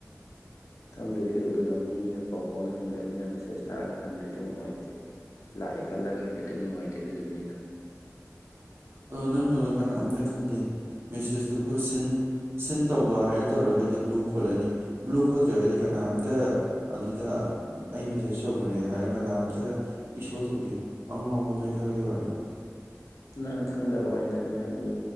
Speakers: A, on the left; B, on the right.
A: ꯊꯝꯗ꯭ꯔꯗꯤ ꯀꯩꯗꯧꯗꯣꯏꯅꯣ ꯃꯤꯅꯥꯎ ꯐꯥꯎꯅꯅꯤꯡꯗꯕ ꯃꯤꯅ ꯃꯦꯁꯦꯁ ꯊꯥꯔꯒ ꯍꯟꯗ꯭ꯔꯗꯤ ꯑꯃꯛ ꯅꯨꯡꯉꯥꯏꯇꯦ ꯂꯥꯛꯑꯦ ꯈꯜꯂꯒ ꯍꯟꯗ꯭ꯔꯗꯤ ꯌꯥꯃꯨꯛ ꯅꯨꯡꯉꯥꯏꯇꯦ ꯑꯗꯨꯗꯨꯒꯤꯅꯤꯗ
B: ꯑꯗꯣ ꯅꯪꯗꯧꯅ ꯀꯅꯥꯝꯇ ꯈꯟꯗꯦ ꯃꯦꯁꯦꯖꯇꯨꯕꯨ ꯁꯤꯟ ꯁꯤꯟ ꯇꯧꯕ ꯍꯥꯏꯔ ꯇꯧꯔꯒꯗꯤ ꯕ꯭ꯂꯨ ꯈꯣꯠꯂꯅꯤ ꯕ꯭ꯂꯨ ꯈꯣꯠꯇ꯭ꯔꯒꯗꯤ ꯀꯅꯥꯝꯇ ꯑꯗꯨꯗ ꯑꯩ ꯃꯦꯁꯦꯖ ꯌꯧꯈꯔꯦ ꯍꯥꯏꯔꯒ ꯀꯅꯥꯝꯇ ꯏꯁꯣ ꯇꯧꯗꯦ ꯑꯉꯥꯎꯕ ꯅꯣꯏ ꯈꯥꯔꯒꯤ ꯋꯥꯔꯤꯅꯤ
A: ꯅꯪꯅ ꯈꯪꯗꯕ ꯋꯥꯅꯤꯗ ꯅꯣꯏꯅ ꯃꯤ